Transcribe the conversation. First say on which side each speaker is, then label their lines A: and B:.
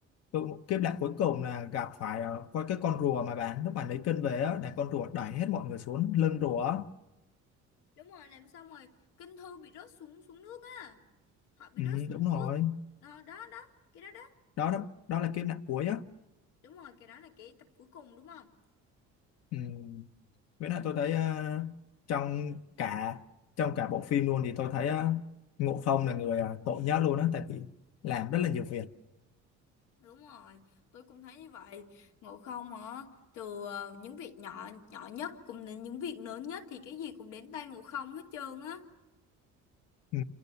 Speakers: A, on the left; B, on the left.
A: tôi, kiếp lạ cuối cùng là gặp phải ờ, coi cái con rùa mà bạn lúc bạn lấy cân về á là con rùa đẩy hết mọi người xuống lưng rùa á.
B: đúng rồi làm xong rồi kinh thư bị rớt xuống xuống nước á họ bị
A: ừ,
B: rớt xuống
A: đúng rồi
B: nước đó đó đó cái đó đó
A: đó đó, đó là kiếp nạn cuối á
B: đúng rồi cái đó là cái tập cuối cùng đúng không
A: ừ. với lại tôi thấy ờ, trong cả trong cả bộ phim luôn thì tôi thấy ờ, Ngộ Không là người ờ, tội nhất luôn á tại vì làm rất là nhiều việc
B: đúng rồi tôi cũng thấy như vậy ngộ không hả từ ờ, những việc nhỏ nhỏ nhất cũng đến những việc lớn nhất thì cái gì cũng đến tay ngộ không hết trơn á
A: ừ,